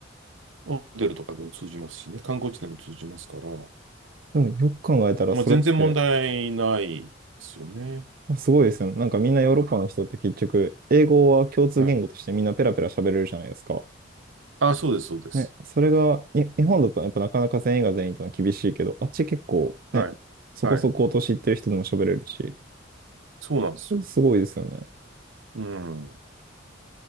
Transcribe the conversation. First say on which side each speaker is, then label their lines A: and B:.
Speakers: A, on the right (about 80°); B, on the right (about 50°).
A: ホテルとかでも通じますしね、観光地でも通じますから、
B: でもよく考えたら、
A: まあ、
B: それって
A: 全然問題ないですよね。
B: すごいですよね。なんかみんなヨーロッパの人って結局、英語は共通言語としてみんなペラペラ喋れるじゃないですか。
A: はい。あ、そうです、そうです。
B: ね、それが、に日本だとやっぱなかなか全員が全員ってのは厳しいけど、
A: うん
B: あっち結構ね、
A: はい。
B: そこそこ年いってる人でも喋れるし、
A: はい。そうなんですよ。
B: すごいですよね。
A: うん。